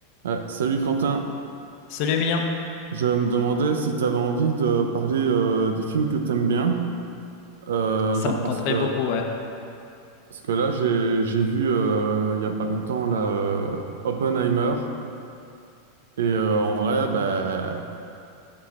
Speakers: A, on the right; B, on the left.
A: Ouais, salut Quentin,
B: Celui mien,
A: je me demandais si tu avais envie de parler euh, des films que t'aimes bien, Euh,
B: ça
A: genre
B: me tenterait
A: parce que
B: beaucoup, ouais.
A: parce que là j'ai j'ai vu euh, il y a pas longtemps là euh, Oppenheimer et euh, en vrai bah